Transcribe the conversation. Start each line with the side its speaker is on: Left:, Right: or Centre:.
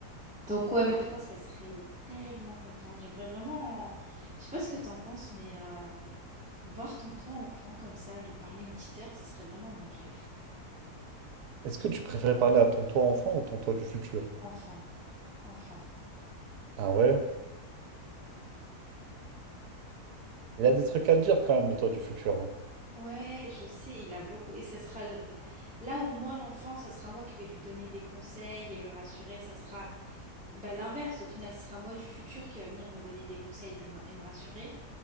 Centre: Donc, ouais, moi, je pense qu'elle serait tellement contente. J'aimerais vraiment, je sais pas ce que t'en penses, mais... euh, Voir ton toi enfant comme ça, lui parler une petite heure, ce serait vraiment mon rêve.
Right: Est-ce que tu préférais parler à ton toi enfant ou ton toi du futur?
Centre: Enfant, enfant.
Right: Ah ouais? Il a des trucs à dire quand même, le toit du futur. hein.
Centre: Ouais, je sais, il a beaucoup. Et ce sera l- là où moi, l'enfant, ça sera moi qui vais lui donner des conseils et le rassurer. Ça sera bah, l'inverse. Au final, ce sera moi du futur qui va venir me donner des conseils et me ra- et me rassurer.